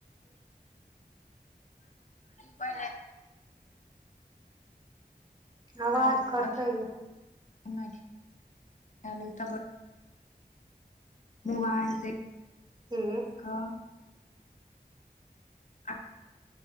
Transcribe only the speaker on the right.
आवाज कटैय
की